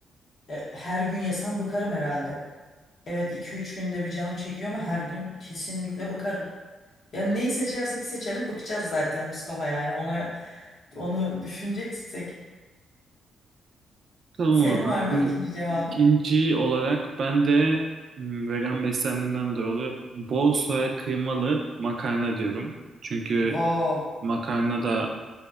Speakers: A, on the left; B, on the right.
A: E, her gün yesem bıkarım herhalde. Evet iki üç günde bir canım çekiyor ama her gün kesinlikle bakarım. Yani neyi seçersek seçelim bakacağız zaten Mustafa yani ona onu düşüneceksek.
B: Tamam
A: Senin
B: o zaman.
A: var
B: Bu
A: mı ikinci cevabın?
B: ikinci olarak ben de hmm, vegan beslendiğimden dolayı bol soya kıymalı makarna diyorum. Çünkü
A: Wow.
B: makarna da